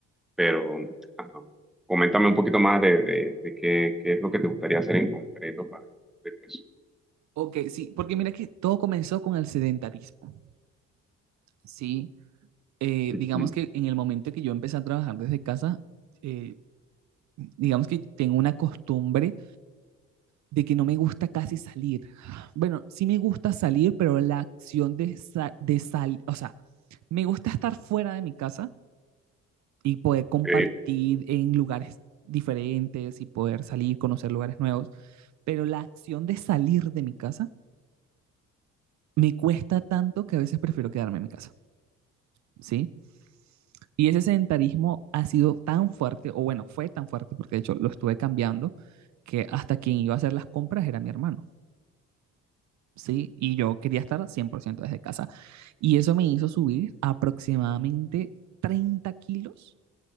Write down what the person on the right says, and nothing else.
Ok, sí, porque mira que todo comenzó con el sedentarismo, ¿sí? Eh,
digamos que en el momento que yo empecé a trabajar desde casa, eh, digamos que tengo una costumbre de que no me gusta casi salir. <sighs> Bueno, sí me gusta salir, pero la acción de, sa- de salir, o sea, me gusta estar fuera de mi casa y poder compartir
en lugares diferentes y poder salir, conocer lugares nuevos, pero la acción de salir de mi casa me cuesta tanto que a veces prefiero quedarme en mi casa, ¿sí? Y ese sedentarismo ha sido tan fuerte, o bueno, fue tan fuerte porque de hecho lo estuve cambiando, que hasta quien iba a hacer las compras era mi hermano. ¿sí? Y yo quería estar 100% desde casa. Y eso me hizo subir aproximadamente 30 kilos